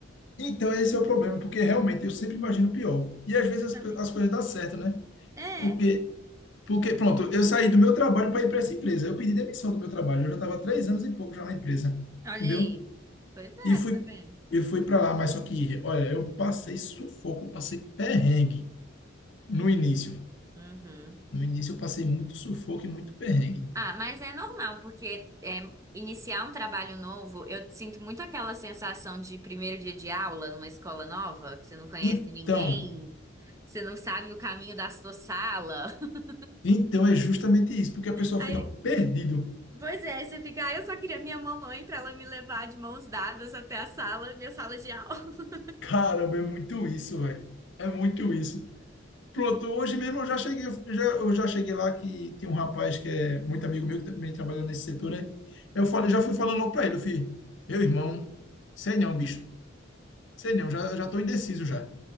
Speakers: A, on the left; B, on the right.
A: Então esse é o problema, porque realmente eu sempre imagino o pior. E às vezes
B: Justamente.
A: as, pe- as coisas dão certo, né?
B: É,
A: Porque porque pronto, eu saí do meu trabalho para ir para essa empresa. Eu pedi demissão do meu trabalho. Eu já estava há três anos e pouco já na empresa,
B: olha
A: entendeu?
B: aí. Pois
A: E
B: é,
A: fui,
B: tá vendo?
A: e fui para lá, mas só que, olha, eu passei sufoco, eu passei perrengue no início.
B: Uhum.
A: No início eu passei muito sufoco e muito perrengue.
B: Ah, mas é normal, porque é, iniciar um trabalho novo, eu sinto muito aquela sensação de primeiro dia de aula numa escola nova, que você não conhece
A: Então,
B: ninguém, você não sabe o caminho da sua sala. <laughs>
A: então é justamente isso, porque a pessoa
B: Aí,
A: fica perdido.
B: pois é, aí você fica, ah, eu só queria minha mamãe pra ela me levar de mãos dadas até a sala, minha sala de aula. <laughs>
A: Caramba, é muito isso, velho. É muito isso. Pronto, hoje mesmo eu já cheguei, eu já, eu já cheguei lá que tem um rapaz que é muito amigo meu que também trabalha nesse setor, né? Eu falei, já fui falando logo para ele, eu falei, meu irmão, sei não, bicho. Sei não, já já tô indeciso já.